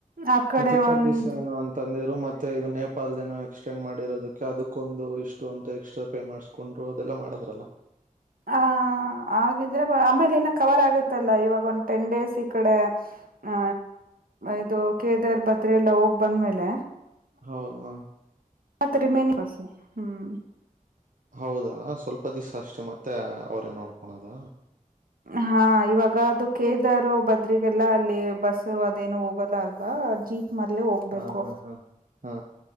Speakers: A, on the right; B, on the right.
A: ಆ ಕಡೆ
B: ಮತ್ ಇಪ್ಪತ್
A: ಒಂದ್
B: ದಿವ್ಸ ಏನೋ ಅಂತಂದ. ಮತ್ತೆ ಇದು ನೇಪಾಲ್ದ ಏನ ಎಕ್ಸ್ಟೆಂಡ್ ಮಾಡಿರೋದಕ್ಕೆ ಅದಕ್ಕೊಂದು ಇಷ್ಟು ಅಂತ ಎಕ್ಸ್ಟ್ರಾ ಪೇ ಮಾಡ್ಸ್ಕೊಂಡ್ರು ಅದೆಲ್ಲ ಮಾಡದ್ರಲ್ಲ.
A: ಹ ಆಗಿದೆ ಆಮೇಲೆ ಇನ್ನ ಕವರ್ ಆಗತ್ತಲ್ಲ ಇವಾಗ ಒಂದ ಟೆನ್ ಡೇಸ್ ಈ ಕಡೆ ಆ ಇದು ಕೇದರ್ ಬದ್ರಿ ಎಲ್ಲ ಹೋಗ ಬಂದ್ಮೇಲೆ.
B: ಹ ಹ
A: ಮತ್ತ ರಿಮೇನ <unintelligible>
B: ಹೌದಾ ಸ್ವಲ್ಪ ದಿಸಾ ಅಷ್ಟೆ ಮತ್ತೆ ಅವ್ರೇ ನೋಡ್ಕೊಣದ
A: ಹಾ ಇವಾಗ ಅದು ಕೇಳಿದಾರು ಬದ್ರಿಗೆಲ್ಲ ಅಲ್ಲಿ ಬಸ್ ಅದೇನು ಹೋಗಲ್ಲ ಅಲ್ವಾ ಜೀಪ. ಮದಲೇ ಹೋಗ್ಬೇಕು.
B: ಹಾ ಹಾ ಹಾ ಹಾ